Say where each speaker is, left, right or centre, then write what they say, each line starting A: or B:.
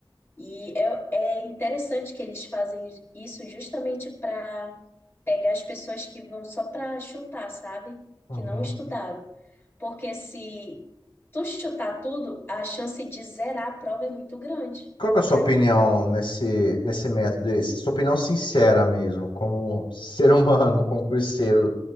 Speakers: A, on the left (about 25°); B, on the left (about 70°).
A: E é, é interessante que eles fazem isso justamente para pegar as pessoas que vão só para chutar, sabe?
B: Uhum.
A: Que não estudaram. Porque se tu chutar tudo, a chance de zerar a prova é muito grande,
B: Qual que é a
A: já
B: sua opinião
A: que uma,
B: nesse, nesse método? Essa sua opinião sincera mesmo, como ser humano, concurseiro.